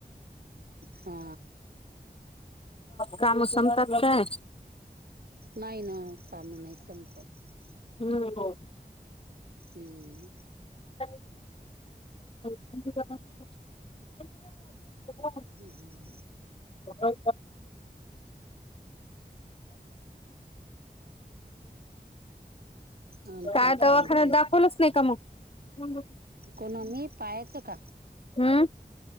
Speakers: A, on the right; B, on the left.
A: हा
B: का मोसम तर काय
A: नाही ना काम नाही संपत
B: होम् हो
A: हम्म
B: <unintelligible>
A: होम
B: बरो्
A: आणखीन
B: काय दवाखान्यात
A: म्हणते?
B: दाखवलच नाही का मग हम
A: कोणा मी पायचं का
B: हम्म